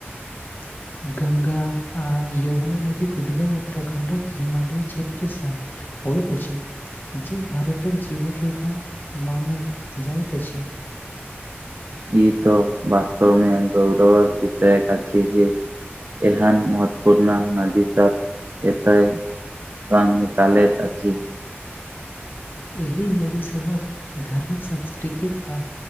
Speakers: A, on the left; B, on the right.
A: <inaudible> गंगा आ यमुना नदीक उद्गम उत्तराखण्डक हिमालय क्षेत्रसँ होइत अछि जे भारतक जीवन रेखा मानल जाइत अछि <inaudible>
B: ई त वास्तव मे गौरवक विषय अछि जे एहन महत्वपूर्ण नदीसँ एतै स निकलैत अछि
A: इ नदी सबहक धार्मिक सांस्कृतिक आ